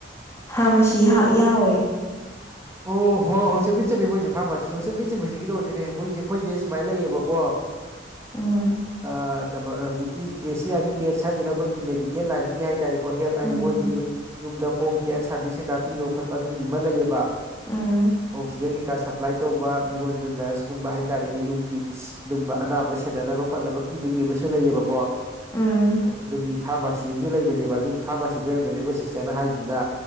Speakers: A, on the left; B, on the right.
A: ꯐꯔꯃꯁꯤ ꯍꯥ ꯌꯥꯎꯋꯦ
B: ꯑꯣ ꯍꯣꯏ ꯍꯣꯏ ꯆꯨꯝ ꯃꯤꯠ ꯆꯨꯝꯃꯤ ꯃꯣꯏꯁꯨ ꯑꯣ ꯑꯣ ꯑꯣꯍꯣ ꯍꯣ ꯆꯨꯝꯃꯤ ꯆꯨꯝꯃꯤ ꯃꯣꯏꯖꯦ ꯐꯔꯃꯥꯁꯤ ꯍꯣ ꯆꯨꯝꯃꯤ ꯆꯨꯝꯃꯤ ꯍꯧꯖꯤꯛꯀꯤꯗꯣ ꯑꯣꯏꯗꯣꯏꯅꯦ ꯃꯣꯏꯖꯦ ꯈꯣꯏꯖꯦ ꯁꯨꯃꯥꯏꯅ ꯂꯩꯌꯦꯕꯀꯣ
A: ꯎꯝ
B: ꯑꯥ ꯍꯧꯖꯤꯛꯀꯤ ꯖꯦꯁꯤꯌꯥꯔꯤ ꯃꯦꯠꯁ ꯍꯥꯏꯖꯤꯅ ꯈꯣꯏꯒꯤ ꯃꯦꯗꯤꯀꯦꯜ ꯂꯥꯏꯟꯒꯤ ꯍꯥꯏꯇꯔꯦꯀꯣ ꯍꯦꯜ ꯍꯥꯏꯗꯤ
A: ꯎꯝ
B: ꯈꯣꯏꯒꯤ ꯌꯨꯝꯗ ꯍꯣꯝ ꯀꯦꯌꯔ ꯁꯥꯔꯚꯤꯁ ꯀꯩꯀꯥ ꯄꯤꯕ ꯈꯣꯠꯄ ꯑꯗꯨꯝꯒꯤ ꯑꯃ ꯂꯩꯌꯦꯕ
A: ꯎꯝ
B: ꯑꯣꯛꯁꯤꯖꯦꯟ ꯀꯩ ꯁꯄ꯭ꯂꯥꯏ ꯇꯧꯕ ꯃꯤꯉꯣꯟꯗ ꯅꯔꯁꯀꯨꯝꯕ ꯍꯥꯏꯇꯔꯦꯅꯦ ꯌꯨꯝꯒꯤ ꯑꯗꯨꯝꯕ ꯑꯅꯥꯕ ꯁꯦꯟꯅꯅꯕ ꯈꯣꯠꯅꯕ ꯄꯤꯕꯒꯤ ꯑꯃꯁꯨ ꯂꯩꯌꯦꯕꯀꯣ ꯑꯗꯨꯒꯤ
A: ꯎꯝ
B: ꯐꯥꯔꯃꯁꯤ ꯑꯃꯖꯨ ꯂꯩꯕꯅꯦꯕ ꯑꯗꯨ ꯐꯔꯃꯁꯤꯗꯨ ꯑꯣꯏꯔꯝꯒꯅꯦꯕ ꯁꯤꯁꯇꯔꯅ ꯍꯥꯏꯖꯤꯅ